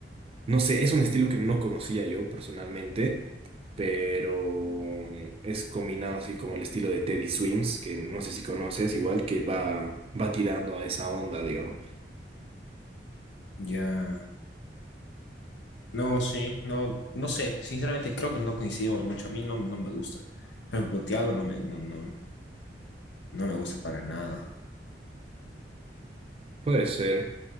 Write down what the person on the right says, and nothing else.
no sé, es un estilo que no conocía yo personalmente, pero es combinado así como el estilo de Teddy Swims, que no sé si conoces, igual que va, va tirando a esa onda, digamos.
Puede ser.